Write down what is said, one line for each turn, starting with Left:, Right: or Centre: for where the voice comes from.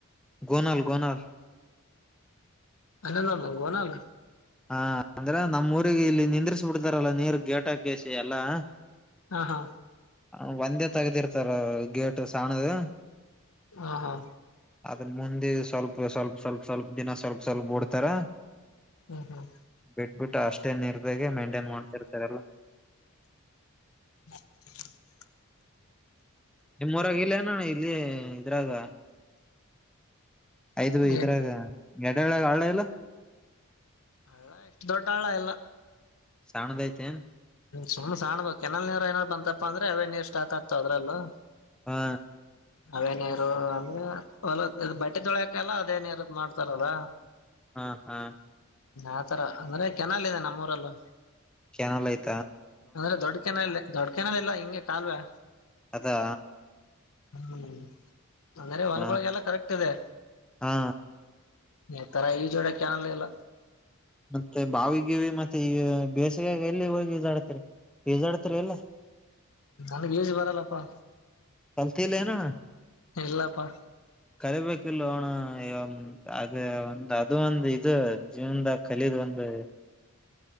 Centre: ಗೋನಾಲ್ ಗೋನಾಲ್
Left: ಅಲ್ಲಂದ <unintelligible> ಗೋನಲ್
Centre: ಹಾ ಅಂದ್ರ ನಮ್ಮ್ ಊರಿಗೆ ಇಲ್ಲಿ ನಿಂದ್ರಿಸಿ ಬಿಡ್ತಾರಲ್ಲ ನೀರು ಗೇಟಾಕಸಿ ಎಲ್ಲಾ
Left: ಹಾ ಹಾ
Centre: ಹ ಒಂದೇ ತಗದಿರ್ತಾರ ಗೇಟ್ ಸಣ್ಣದು
Left: ಹಾ ಹಾ
Centre: ಅದ್ರ ಮುಂದೆ ಸ್ವಲ್ಪ ಸ್ವಲ್ಪ ಸ್ವಲ್ಪ ಸ್ವಲ್ಪ ದಿನ ಸ್ವಲ್ಪ ಸ್ವಲ್ಪ ಬಿಡ್ತಾರ
Left: ಹ್ಮ್ ಹ್ಮ್
Centre: ಬಿಟ್ಬಿಟ್ಟು ಅಷ್ಟೇ ನಿರ್ಧಗೆ ಮೇಂಟೈನ್ ಮಾಡ್ತಿರ್ತಾರೆಲ್ಲ
Left: ಹ <unintelligible>
Centre: ನಿಮ್ಮೂರಾಗ ಇಲ್ಲೇನು ಇಲ್ಲಿ ಇದ್ರಾಗ ಆಯ್ದು ಇದ್ರಾಗ
Left: ಏನ್
Centre: ಗಡ್ಡೆಳಾಗ ಆಳ ಇಲ್ಲ
Left: ಹಳ್ಳ ಎಷ್ಟು ದೊಡ್ಡ ಹಾಳ ಇಲ್ಲ
Centre: ಸಾಣದಐತೆ ಏನ್
Left: <unintelligible> ಕೆರೆ ನೀರ ಏನಾರ್ ಬಂತಪ್ಪ ಅಂದ್ರೆ ಅವೇ ನೀರು ಸ್ಟಾಕ್ ಆಗ್ತಾವ ಅದ್ರಲ್ಲೂ
Centre: ಹಾ
Left: ಅವೇ ನೀರು ಅಂದ್ರೆ ಹೊ <unintelligible> ಬಟ್ಟೆ ತೊಳೆಕೆಲ್ಲ ಅದೇ ನೀರು ಮಾಡ್ತಾರೋದ
Centre: ಹಾ ಹಾ
Left: ಆತರ ಅಂದ್ರೆ ಕೆನಲ್ಲಿದೆ ನಮ್ಮೂರಲ್ಲೂ
Centre: ಕೆನಲ್ಲ ಆಯ್ತಿ
Left: ಅಂದ್ರೆ ದೊಡ್ ಕೆನಾಲ್ ದೊಡ್ಡಕೆನಾಲ್ ಇಲ್ಲಾ ಹಿಂಗೆ ಕಾಲುವೆ
Centre: ಅದಾ
Left: ಹ್ಮ್ ಅಂದ್ರೆ ಹೊಲ್ಗಳೊಗೆಲ್ಲ
Centre: ಹ
Left: ಕರೆಕ್ಟ್ ಇದೆ
Centre: ಹಾ
Left: ಈ ತರ ಈಜೋಡ ಕೆನಾಲಿಲ್ಲ ಇಲ್ಲ
Centre: ಮತ್ತೆ ಬಾವಿ ಗಿವಿ ಮತ್ತೆ ಈ ಬೇಸಿಗೆಯ ಎಲ್ಲಿ ಹೋಗಿದಳ ಆಕಿ ಈಜಾಡ್ತೀರ ಇಲ್ಲ
Left: ನನ್ಗ್ ಈಜ್ಜು ಬರಲ್ಲಪ್ಪಾ
Centre: ಕಲ್ತಿಲೇನು
Left: ಇಲ್ಲಪ್ಪಾ
Centre: ಕಲಿಬೇಕಲ್ಲೊ <unintelligible> ಅದ ಒಂದು ಅದು ಒಂದು ಇದು ಜೀವನದಾಗ ಕಲೀದ್ ಒಂದು